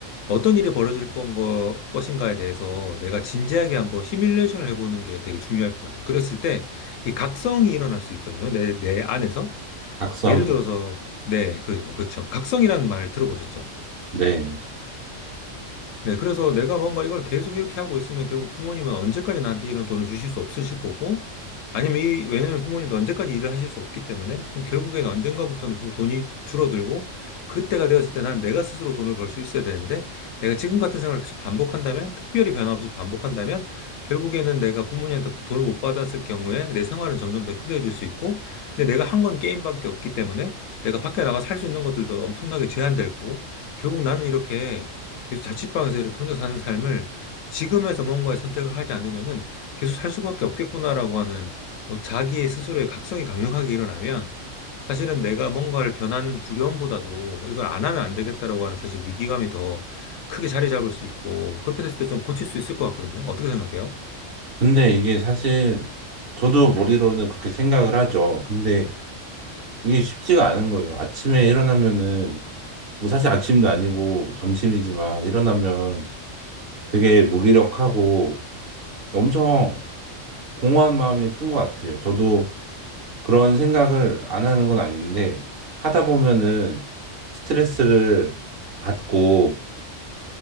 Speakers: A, on the left; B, on the right.
A: 어떤 일이 벌어질 건 거, 것인가에 대해서 내가 진지하게 한번 시뮬레이션을 해보는 게 되게 중요할 것 같아요. 그랬을 때 이 각성이 일어날 수 있거든요. 내, 내 안에서.
B: 각성이.
A: 예를 들어서 네, 그렇죠. 그렇죠. 각성이라는 말을 들어보셨죠?
B: 네.
A: 네, 그래서 내가 뭔가 이걸 계속 이렇게 하고 있으면 결국 부모님은 언제까지 나한테 이런 돈을 주실 수 없으실 거고, 아니면 이, 왜냐면 부모님도 언제까지 일을 하실 수 없기 때문에, 그럼 결국엔 언젠가부터는 부- 돈이 줄어들고, 그때가 되었을 때 난 내가 스스로 돈을 벌 수 있어야 되는데, 내가 지금 같은 생활을 계속 반복한다면, 특별히 변화 없이 반복한다면, 결국에는 내가 부모님한테 돈을 못 받았을 경우에 내 생활은 점점 더 힘들어질 수 있고, 근데 내가 한 건 게임밖에 없기 때문에, 내가 밖에 나가 살 수 있는 것들도 엄청나게 제한되고, 결국 나는 이렇게 계속 자취방에서 이렇게 혼자 사는 삶을 지금에서 뭔가의 선택을 하지 않으면은 계속 살 수밖에 없겠구나라고 하는 뭐 자기의 스스로의 각성이 강력하게 일어나면 사실은 내가 뭔가를 변하는 두려움보다도 이걸 안 하면 안 되겠다라고 하는 사실 위기감이 더 크게 자리 잡을 수 있고 그렇게 됐을 때 좀 고칠 수 있을 것 같거든요. 어떻게 생각해요?
B: 근데 이게 사실 저도 머리로는 그렇게 생각을 하죠. 근데 이게 쉽지가 않은 거예요. 아침에 일어나면은, 뭐 사실 아침도 아니고 점심이지만 일어나면 되게 무기력하고 엄청 공허한 마음이 큰 것 같아요. 저도 그런 생각을 안 하는 건 아닌데, 하다 보면은 스트레스를 받고,